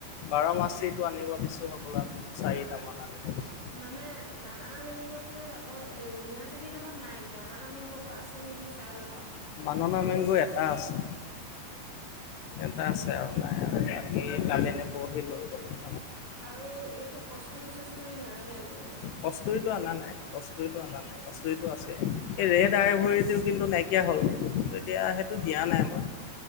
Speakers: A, on the left (about 75°); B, on the left (about 25°).
A: বাৰমাচিটো আনিব দিছোঁ, হবলা চাৰিটামান। দিছোঁ
B: মানে বানানা মেংগটোয়ে আকৌ এ' মিয়াচাগি তোমাৰ নাই বানানা মেংগতো আছে। নেকি চাই ল'বা
A: বাননা মেংগ এটা আছে। এটা
B: উম
A: আছে আৰু নাই আৰু। এই কালিনে পৰহি লৈ গ'ল।
B: আৰু এই এইটো কস্তুৰি- চস্তৰি নালাগে আনিবলৈ।
A: কস্তুৰীটো অনা নাই কস্তুৰীটো অনা নাই কস্তুৰীটো আছে এই ৰেড আয় ভৰি কিন্তু নাইকিয়া হ'ল এতিয়া সেইটো দিয়া নাই মই।